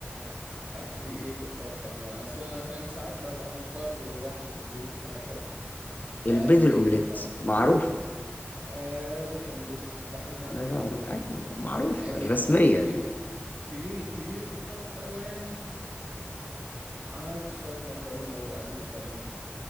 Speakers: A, on the right; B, on the left.
A: آه، اخري ايه في الطبخ يعني اصلا انا فاهم ساعات ببقى مضطر ولوحدي في البيت وهكذا فاخري
B: البيض الأومليت
A: ايه في الطبخ
B: معروفة
A: آه بيض اومليت بحب اعمل
B: الله ينور
A: اندومي
B: أيوة معروفة
A: يعني
B: الرسمية
A: آه، كبيري
B: دي
A: كبيري كبيري في الطبخ قوي يعني عملت شوية مكرونة وقليت بانيه